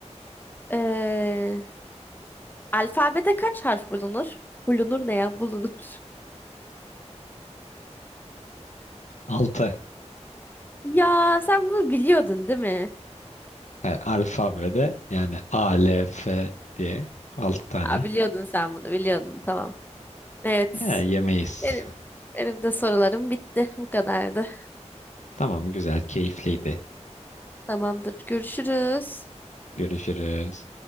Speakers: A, on the left (about 15°); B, on the left (about 80°).
A: Ee, alfabede kaç harf bulunur? Bulunur ne ya? Bulunur. <laughs>
B: Altı.
A: Ya sen bunu biliyordun değil mi?
B: E, alfabede yani A, L, F diye altı tane.
A: Aa, biliyordun sen bunu biliyordun tamam. Evet
B: Ya yemeyiz.
A: benim benim de sorularım bitti bu kadardı.
B: Tamam güzel keyifliydi.
A: Tamamdır görüşürüz.
B: Görüşürüz.